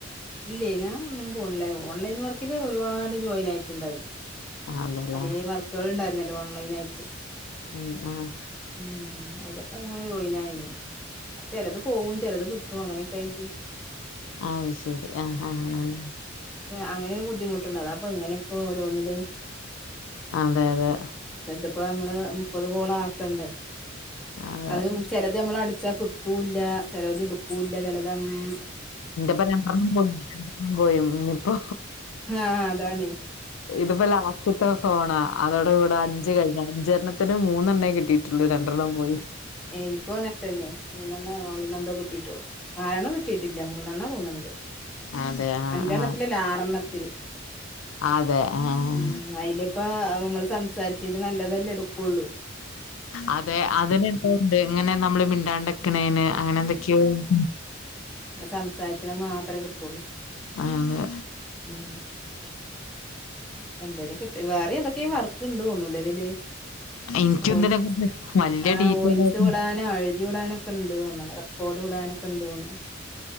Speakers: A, in the centre; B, on the left.
A: ഇല്ലേ ഞാൻ ഒന്നിനും പോണില്ല ഓൺലൈൻ വർക്കില് ഒരുപാട് ജോയിൻ ആയിട്ടുണ്ടായിരുന്നു
B: ആഹ് അതെല്ലേ
A: പലേ വർക്കുകൾ ഉണ്ടായിരുന്നല്ലോ ഓൺലൈൻ ആയിട്ട്
B: ഉം ആഹ്
A: ഉം അയിലോക്ക അങ്ങനെ ജോയിനായിരുന്നു ചിലത് പോവും ചിലത് കിട്ടും അങ്ങനെയൊക്കെ ആയിട്ട്
B: ഔ ശെരി ആഹ് ആഹ് ആഹ്
A: അങ്ങനൊരു ബുദ്ധിമുട്ടൊണ്ട് അതാപ്പോ ഇങ്ങനെയൊക്കോ ഓരോന്നില്
B: അതെ അതെ
A: ഇതിപ്പോ നമ്മള് മുപ്പത് കോളാക്കണ്ടേ
B: അതെ
A: അത് ചിലത് നമ്മൾ അടിച്ചാ കി ട്ടൂല്ല ചെലോൽ ഇടുക്കുല്ല ചെലതങ്ങനെ
B: ഇന്റെപ്പം രണ്ടെണ്ണം പോയി രണ്ടെണ്ണം പോയി ഇനിപ്പോ
A: ആഹ് അതാണേ
B: ഇതിപ്പോ ലാസ്റ്റത്തെ ഫോണാ അതോടെ ഇവിടെ അഞ്ച് കഴിഞ്ഞ് അഞ്ചെണ്ണ ത്തിൽ മൂന്നെണ്ണേ കിട്ടിയിട്ടുള്ളു രണ്ടെണ്ണം പോയി
A: എനിക്കും അങ്ങന് തന്നെ മൂന്നെണ്ണോ നാലെണ്ണോ എന്തോ കിട്ടിട്ടുളൂ നാലെണ്ണം കിട്ടിയിട്ടില്ല മൂ ന്നെണ്ണ തോന്ന്ണ്‌ണ്ട്
B: അതെ ആഹ്
A: അഞ്ചെണ്ണത്തിലല്ല
B: ആഹ്
A: ആറെണ്ണത്തില്
B: അതെ. ആഹ്.
A: ഉം അയില് ഇപ്പ നമ്മള് സംസാരിചെയ്ൽ നല്ലതല്ലെ എടുക്കുള്ളു
B: അതെ അതിനെന്തോണ്ട് ഇങ്ങനെ നമ്മള് മിണ്ടാണ്ട്ക്കണെയ്ന് അങ്ങനെ എന്തൊക്കെയോ ഉം
A: സംസാരിക്കണേ മാത്രെ കിട്ടുള്ളൂ
B: അങ്ങനെ
A: ഉം എന്തായാലും കിട്ടി വേറെ എന്തൊക്കെ വർക്ക്ണ്ടുണിലേ ഇതില്
B: എനിക്കും
A: ഓയി
B: ഇതിനെ കുറിച്ച് വല്യ
A: ആഹ്
B: ഡീറ്റെയിൽ
A: ഓയിസ്
B: ആയിട്ട്
A: വിടാനോ അഴി വിടാനൊക്കെണ്ട് തോന്ന്ണ് റെക്കോഡ് വിടാനൊക്കെണ്ട് തോന്ന്ണ്‌ണ്ട്